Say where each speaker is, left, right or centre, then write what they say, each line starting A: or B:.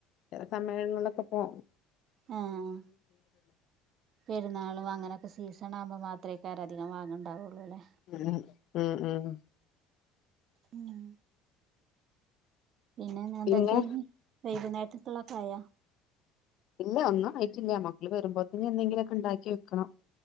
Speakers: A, on the left; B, on the right.
A: ചെല സമയങ്ങളിലൊക്കെപോ.
B: ആഹ് പെരുന്നാളും അങ്ങനൊക്കെ സീസനാവുമ്പോ മാത്രയ് കാരം അധികംവാങ്ങണണ്ടാവൊള്ളൂല്ലേ
A: ഉ ഉം ഉം.
B: ഉം. പിന്നെന്ന് എന്തൊക്കെ
A: പിന്നെ
B: വൈകുന്നേരത്ത്ക്ക്ള്ളൊക്കെ ആയോ
A: ഇല്ല ഒന്നും ആയിട്ടില്ല. മക്കള് വരുമ്പോത്തിനു എന്തെങ്കിലൊക്കെ ഇണ്ടാക്കി വെക്കണം.